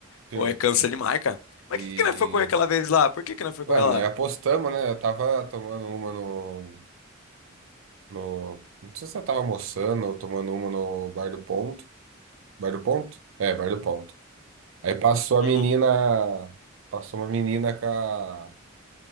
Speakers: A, on the right; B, on the left.
A: Entendeu?
B: Ou é cansa demais, cara. Mas
A: E
B: por que que nós foi correr aquela vez lá? Por que que nós foi correr
A: Ah,
B: lá?
A: nós apostamos, né? Eu tava tomando uma no, no. Não sei se eu tava almoçando ou tomando uma no Bar do Ponto. Bar do Ponto? É, Bar do Ponto. Aí passou a
B: Uhum.
A: menina. Passou uma menina com a,